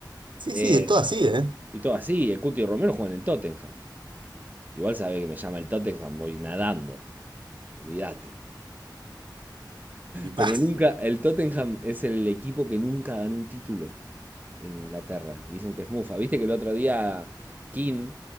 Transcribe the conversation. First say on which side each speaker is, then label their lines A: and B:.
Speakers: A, on the right (about 85°); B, on the right (about 20°).
A: Sí,
B: Eh,
A: sí, es todo así, ¿eh?
B: y todo así, el Cuti Romero juega en el Tottenham. Igual sabe que me llama el Tottenham, voy nadando, olvídate.
A: Y paz.
B: Pero nunca, el Tottenham es el equipo que nunca ganó un título en Inglaterra. Dicen que es mufa. Viste que el otro día King,